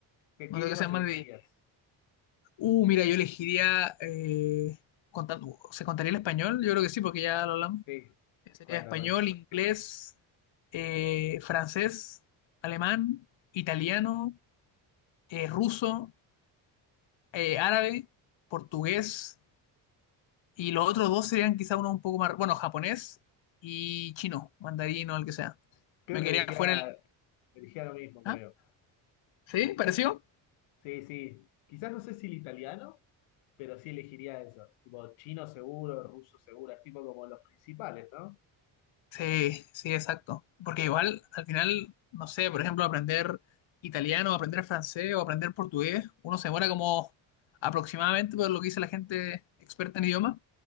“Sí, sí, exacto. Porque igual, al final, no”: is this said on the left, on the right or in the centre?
Left